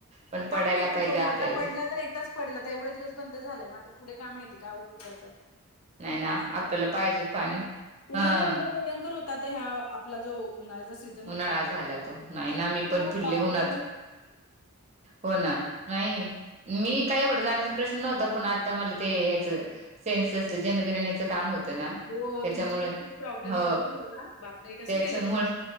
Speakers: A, on the right; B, on the left.
A: पण
B: काय
A: पडायला
B: माहितीय
A: पाहिजे
B: कोण
A: आपल्याला
B: आता पडलं
A: ते
B: तर एकताच पडलं तर एवढ दिवस बंद झालाय आता पुढे काय माहितीय का हो अचचछा
A: नाही ना आपल्याला पाहिजे पाणी
B: उन्हाला
A: हा
B: एकदा भयंकर होता तर ह्या आपला जो उन्हाळ्याचा सीझन होता
A: उन्हाळा झाला तो नाही
B: ती
A: ना मी
B: खूप
A: पण फिरले
B: वापरेल
A: उन्हात हो ना नाही मी काय एवढं जाण्याचा प्रश्न नव्हता पण आता मला ते हेच सेन्स असत जनगणण्याचं काम होत त्याच्यामुळे
B: हो हो तुमचं तर खूप प्रॉब्लेम
A: ह
B: होता ना तेव्हा बापरे कसं
A: त्याच्यामुळे
B: केलं तुम्ही